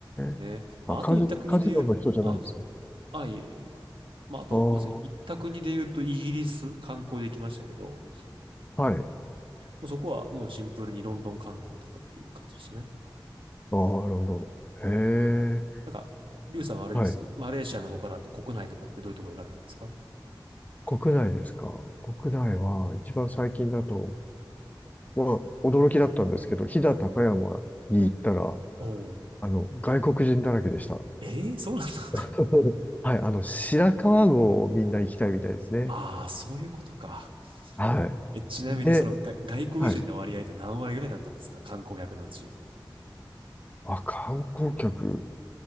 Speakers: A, on the right; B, on the left.
A: すね。
B: え。
A: まあ、
B: あ、カジ、
A: あと行った国で言う、
B: カジノの人じゃないんですね。
A: あ、あ、いえいえまあ、あと、
B: ああ、
A: ごめんなさい。行った国で言うと、イギリス観光で行きましたけど、も
B: はい。
A: うそこはもうシンプルにロンドン観光とかっていう感じでしたね。
B: ああ、なるほど。へえ。
A: なんか、リュウさんはあれです。
B: はい。
A: マレーシアの他だと国内とかってどういうとこ行かれたんですか
B: 国内ですか。国内は、一番最近だと、まあ、驚きだったんですけど、飛騨高山に行ったら、
A: はい。おおー。
B: あの、外国人だらけでした。
A: ええー、そうなんだ。
B: <laughs> はい、あの、白川郷をみんな行きたいみたいですね。
A: <laughs> ああ、そういうことか。
B: はい。
A: え、ちなみにそのが外国人の割合って何割ぐらいだったんですか観光客のうち。
B: で、はい。あ、観光客。